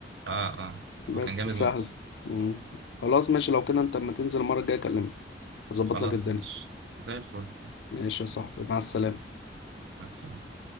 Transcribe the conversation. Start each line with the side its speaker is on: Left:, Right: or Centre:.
Right: اه اه
Left: بس
Right: هو كان جامد
Left: سهلة
Right: موت
Left: مم. خلاص ماشي لو كده انت اما تنزل المرة الجاية كلمني اظبط
Right: خلاص
Left: لك الدنيا
Right: ماشي زي الفل
Left: ماشي يا صاحبي مع السلامة
Right: مع السلامة